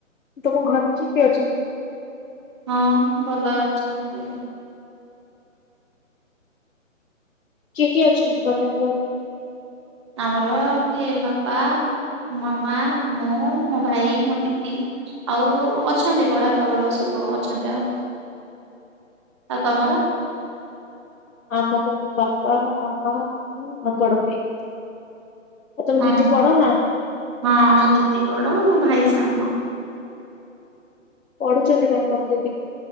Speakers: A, on the left; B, on the right.
A: ତୋମ ଘର ଯେ କିଏ ଅଛନ୍?
B: ହଁ ଭଲ ଅଛନ୍ତି ଆଉ।
A: କିଏ କିଏ ଅଛନ୍ତି ତୋମେ ଘରେ?
B: ଆମର କିଏ ବାପା ମାମା, ମୁଁ, ମୋ ଭାଇ, ମୋ ଦିଦି, ଆଉ ଅଛନ୍ତି ବଡପା ବଡ ଵଉ ସବୁ ବୋ ଅଛନ୍ତି ଆ, ଆଉ ତୋମର?
A: ଆମ ଘରେ ବାପା, ମାମା, ଆଉ ଵଡ ଭାଇ। ଆଉ ତମ
B: ହଁ
A: ଦିଦି ବଡ ନା?
B: ହଁ ମୁଁ ଦିଦି ବଡ ମୋ ଭାଇ ସାନ।
A: ପଢୁଛନ୍ତି କଣ ତମ ଦିଦି?